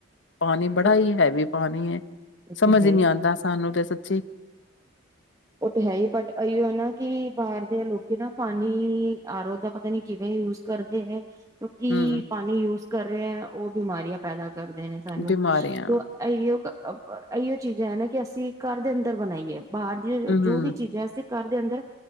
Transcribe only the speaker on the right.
ਉਹ
ਤੇ ਹੈ
ਉਹ ਤੇ ਹੈ ਹੀ ਬਟ ਇ ਹੈ ਨਾ ਕਿ ਬਾਹਰ ਦੇ ਲੋਕ ਕਿ ਨਾ ਪਾਣੀ ਆਰੋ ਦਾ ਪਤਾ ਨੀ ਕਿਵੇਂ ਯੂਜ ਕਰਦੇ ਹੈ। ਕਿਉਂਕਿ
ਪਾਣੀ ਯੂਜ ਕਰ ਰਹੇ ਆ ਉਹ ਬਿਮਾਰੀਆਂ ਪੈਦਾ ਕਰਦੇ ਨੇ ਸਾਨੂੰ
ਤ ਇਹੀਓ ਕ ਅਪ ਇਹੀੋਉ ਚੀਜ਼ ਹੈ ਨਾ ਕਿ ਅਸੀਂ ਘਰ ਦੇ ਅੰਦਰ ਬਣਾਈਏ ਬਾਹਰ ਏਹ
ਜੋ ਵੀ ਚੀਜ਼ ਹੈ ਅਸੀਂ ਕਰ ਦੇ ਅੰਦਰ